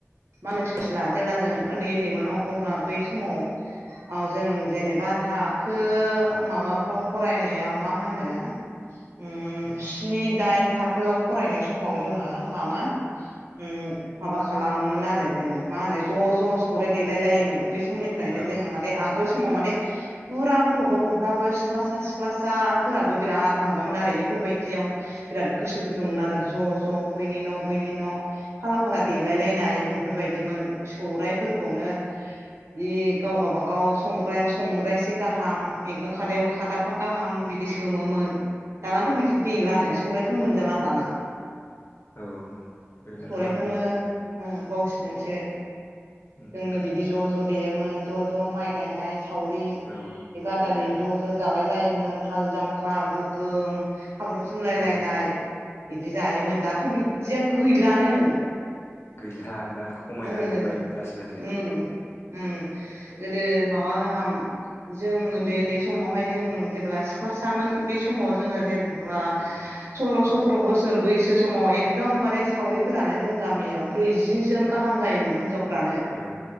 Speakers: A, on the right; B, on the left.
A: मानो सुथिला जेब्ला जों उनदै उनदै मोन अब्ला बै समाव औ जों जेनेबा थाखो माबाफ्राव फरायनायाव मा होनो ओम
B: औ
A: स्नि दाइन थाखोआव फरायनाय समाव जोङो मामोन उम माबा खालाम मोन आरो जोङो मा होनो ज' ज' सौराय देलाय लायोमोन बै समनिफ्रायनो
B: औ
A: जोङो
B: औ
A: माने आगोल समाव माने फुरा गथ' गथ'फ्राबो सिख्लासा सिख्लासाफोराबो बिराद माबामोन आरो बेफोर बायायदि बिर गोसो गुदुंमोन आरो ज' ज' बैनि न' बैनि न' फाला फाला देलाय नाय बेफोरबायदिमोन सौरायाइफोरखौनो जि गाव गावाबागाव संग्रायाव संग्राय एसे गाहाम मैगं खादायाव खादाबफा गाहाम बिदि सोमोन दानाथ'
B: औ
A: बिदि दैलानो सौरखौनो मोनजाला दाना
B: औ गैलाथ'
A: सौरायाइखौनो
B: आरो
A: बावसिगोनसो।
B: उम
A: जोंनो बिदि ज' ज' देयोमोन ज' ज' माइ गायनाय सावरि
B: औ
A: बे बादालि ज' ज' जालाय लायोमोन हाल जांख्ला गोगोम हाब्रु फुनलायलायनाय
B: औ
A: फ्राय बिदि जायोमोन दाथ' बिदिया गैलानो
B: गैला दा खमायलांजोब्बाय
A: उम
B: लासै लासै
A: उम उम गोदो माबा गाहाम जों उन्दै उन्दै समावहाय जों जेब्ला सिख्ला सामोन बे समाव जोङो जेनेबा
B: औ
A: सल्ल' सथ्र' बोसोर बैसो समाव एकदमबारे सावरिफोरानो जों गामियाव ब्रैजि जोन गाहाम जायोमोन हिनजावफ्रानो
B: औ